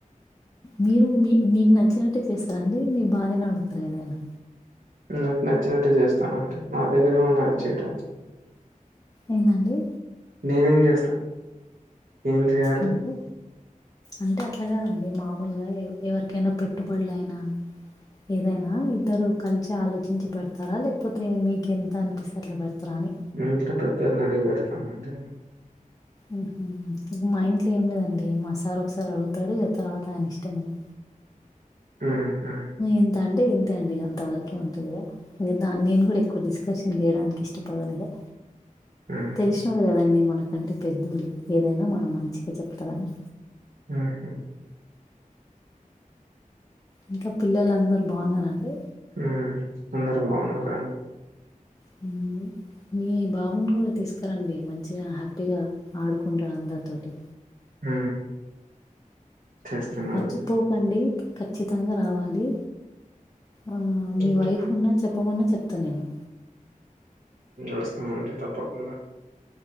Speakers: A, on the left; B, on the right.
A: మీరు మీ మీకు నచ్చినట్టే చేస్తారండి మీ భార్యని అడుగుతర ఏదైనా
B: నాకు నచ్చినట్టు చేస్తాను అండి నా దగ్గర ఏమన్నది చేయడానికి
A: ఏందండి
B: నేనేం చేస్తానండి ఏం చెయ్య
A: అంటే అంటే అట్లాగాదండి మామూలుగా ఎవరికైనా పెట్టుబళ్లు అయినా ఏదైనా ఇద్దరు కలిసి ఆలోచించి పెడతారా లేకపోతే మీకెంత అనిపిస్తే అట్లా పెడతారా అని
B: మా ఇంట్లో పెద్దొడిని అడిగి పెడతాను అండి
A: ఉహు మా ఇంట్లో ఏం లేదండి మా సార్ ఒకసారి అడుగుతాడు తర్వాత ఆయనే ఇష్టం ఇగా
B: ఉహు
A: ఇంతే అంటే ఇంతే అండి ఇగ అంతవరకే ఉంటది ఇగా ఇగ దాన్ని నేను కూడా ఎక్కువ డిస్కర్షన్ చేయడానికి ఇష్టపడను ఇగా
B: ఉహు
A: తెల్సినోడు కదండి మనకంటే పెద్దోళ్ళు ఏదైనా మన మంచికే చెప్తారని
B: ఉహు
A: ఇంకా పిల్లలు అందరు బాగున్నారండి
B: ఉమ్ అందరూ బాగున్నారండి
A: హు మీ బాబుని కూడా తీసుకరండి మంచిగా హ్యాపీగా ఆడుకుంటాడు అందరితోటి
B: ఉ చేస్తానండి
A: మర్చిపోకండి ఖచ్చితంగా రావాలి ఆ
B: చేస్తా
A: మీ వైఫ్ ఉన్నా చెప్పమన్నా చెప్తా నేను
B: వస్తామండి తప్పకుండా